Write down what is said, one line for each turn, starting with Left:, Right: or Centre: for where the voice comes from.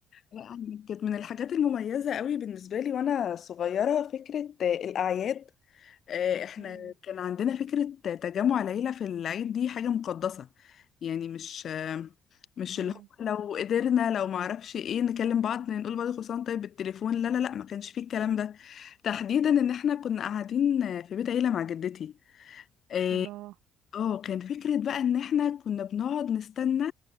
Left: لا أنا كانت من الحاجات المميزة قوي بالنسبة لي وانا صغيرة فكرة آه، الاعياد آه، احنا
Right: <laughs> امم
Left: كان عندنا فكرة تجمع العيلة في العيد دي حاجة مقدسة يعني مش آه، مش
Right: امم
Left: اللي هو لو قدرنا لو معرفش ايه نكلم بعض نقول بعض كل سنة وأنت طيب بالتليفون لا لا لا ما كانش فيه الكلام ده تحديدا ان احنا كنا قاعدين آه، في بيت عيلة مع جدتي إيه،
Right: الله
Left: اه كان فكرة بقى ان احنا كنا بنقعد نستنى